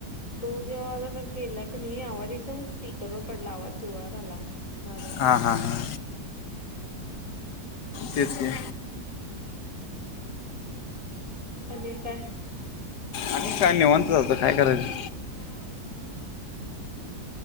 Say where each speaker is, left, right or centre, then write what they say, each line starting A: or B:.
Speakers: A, on the left; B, on the left.
A: तो जेव्हा अस केला की नाही आवाज एकदम स्पीकरवर पडला आवाज जोरात आला माझाच
B: हा हा हा. तेच की.
A: अनिता
B: आणि काय निवांत जातं काय करायचं
A: <unintelligible>